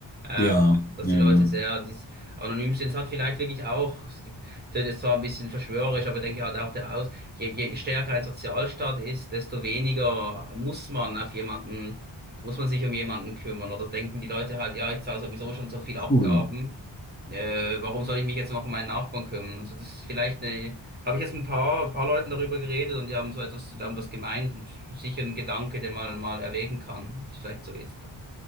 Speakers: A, on the right; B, on the left.
A: Ähm,
B: Ja,
A: dass
B: ja,
A: die Leute
B: ja.
A: sehr dies, anonym sind. Es hat vielleicht wirklich auch, es gibt, das ist zwar ein bisschen verschwörerisch, aber ich denke halt auch der Aus, je, je stärker ein Sozialstaat ist, desto weniger muss man auf jemanden, muss man sich um jemanden kümmern. Oder denken die Leute halt, ja, ich zahle sowieso schon so viel Abgaben,
B: Cool.
A: äh, warum soll ich mich jetzt noch um meinen Nachbarn kümmern? Also das ist vielleicht eine, habe ich jetzt ein paar, paar Leuten darüber geredet und die haben so etwas, die haben das gemeint und sicher ein Gedanke, den man mal erwägen kann, ob es vielleicht so ist.